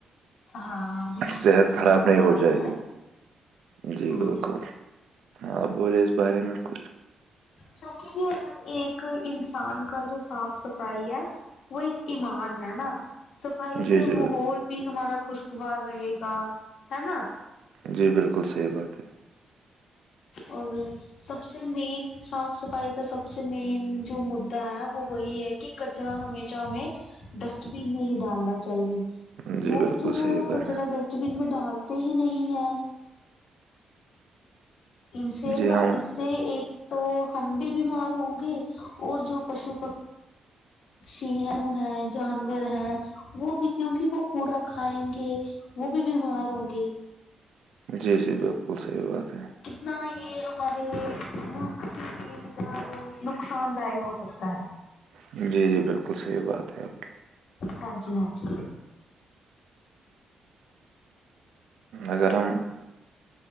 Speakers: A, on the left; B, on the right.
A: ہاں بالکل
B: صحت
A: صحیح فرمایا
B: خراب نہیں ہو
A: آپ
B: جائے
A: نے
B: گی جی
A: ہوں
B: بالکل ہاں بولے اس بارے میں کچھ
A: کیونکہ یہ ہر ایک انسان کا جو صاف صفائی ہے وہ ایک ایمان ہے نا صفائی
B: جی
A: سے
B: جی بالکل
A: ماحول بھی ہمارا خوش ار رہے گا ہے نا
B: جی بالکل صحیح بات ہے
A: اور بھی سب سے مین صاف صفائی کا سب سے مین جو مدا ہے وہ وہی ہے کہ ر ہمیشہ ہمیں ڈسٹ بین میں ہی ڈالنا چاہیے
B: ہے جی
A: لوگ
B: بالکل
A: جو ہے
B: صحیح
A: وہ
B: بات
A: کچرا
B: ہے
A: ڈسٹ بین میں ڈالتے ہی نہیں ہے ان سے
B: جی
A: نا
B: ہم
A: اس سے ایک تو ہم بھی بیمار ہوں گے اور جو پشو پ پکشی ہیں ہیں جانور ہیں وہ بھی کیونکہ وہ کوڑا کھائیں گے وہ بھی بیمار ہوں گے
B: جی جی بالکل صحیح بات ہے
A: کتنا یہ ہمارے ملک کے لیے کتنا وہ نقصان دہ ہو سکتا
B: ہے جی جی بالکل صحیح بات ہے آپ
A: ہاں جی ہاں جی
B: اگر ہم